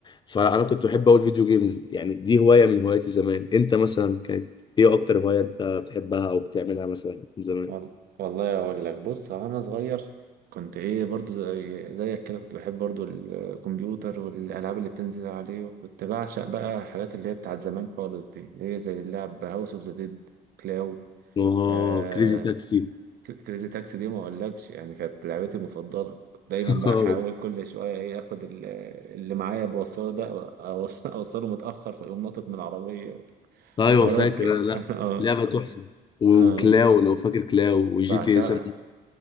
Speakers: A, on the left; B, on the right.
A: فانا كنت بحب اقول فيديو جيمز يعني دي هوايه من هواياتي زمان انت مثلا كانت ايه اكتر هوايه انت بتحبها او بتعملها مثلا من زمان
B: وال- والله اقول لك بص هو انا صغير كنت ايه برضو زي زيك كده كنت بحب برضو الكمبيوتر والالعاب اللي بتنزل عليه وكنت بعشق بقى الحاجات اللي هي بتاعت زمان خالص دي اللي هي زي اللعب هاوس اوف ذا ديد كلاو
A: اه
B: آه
A: كريزي تاكسي
B: كريزي تاكسي دي ما اقولكش يعني كانت لعبتي المفضله كنت دايما
A: <laughs>
B: بقى احاول كل شويه ايه اخد ال- اللي معايا بوصله ده أوص- اوصله متاخر فيقوم ناطط من العربيه
A: ايوه
B: وحوارات
A: فاكر
B: كده
A: أنا، لا
B: <laughs> اه
A: لعبه تحفه وكلاو
B: اه
A: لو فاكر كلاو وجي
B: بعشقها
A: تي اس